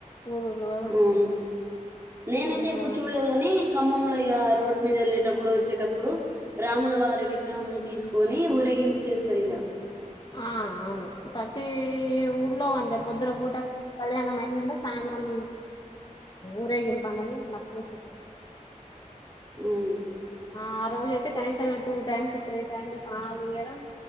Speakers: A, on the left; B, on the right.
A: ఊరుఊర్లో కూడా పంచుతారు
B: అవును నేనైతే
A: అంత
B: ఎప్పుడు చూడలేదు కాని ఖమ్మంలో ఇక రోడ్డు మీద వెళ్ళేటప్పుడు వచ్చేటప్పుడు రాములు వారి విగ్రహం తీసుకొని ఉరే గింపు చేస్తారు ఇక
A: ఆ అవును పతి ఊర్లో అంట పొద్దున పూట కళ్యాణం అయిందంటే సాయంత్రం ఊరేగింపు అనేది మస్ట్ అండ్ శుడ్ ఉంటది
B: అవును
A: ఆ రోజు అయితే కనీసం టూ టైమ్స్ త్రీ టైమ్స్ స్నానాలు జేయడం